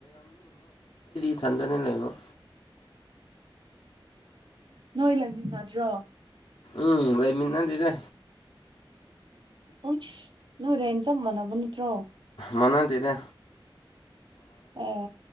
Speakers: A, on the left; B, on the right.
A: ꯆꯟꯗꯅꯦ ꯂꯩꯕ
B: ꯅꯣꯏ ꯂꯩꯃꯤꯟꯅꯗ꯭ꯔꯣ
A: ꯎꯝ ꯂꯩꯃꯤ ꯅꯗꯤꯗ
B: ꯎ ꯅ ꯔꯦꯟꯦꯟꯖꯝ ꯃꯅꯕ ꯅꯠꯇ꯭ꯔꯣ
A: ꯃꯅꯗꯦꯗ
B: ꯑ